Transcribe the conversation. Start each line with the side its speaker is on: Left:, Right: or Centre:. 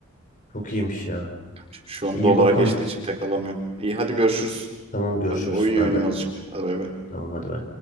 Left: Çok iyiymiş ya.
Right: Şu
Left: İyi
Right: an dolara
Left: bakalım.
Right: geçtiği için pek alamıyorum. İyi hadi görüşürüz.
Left: Tamam görüşürüz.
Right: Ben de oyun
Left: Bay
Right: oynayayım
Left: bay.
Right: azıcık. Hadi bay bay.
Left: Tamam hadi bay.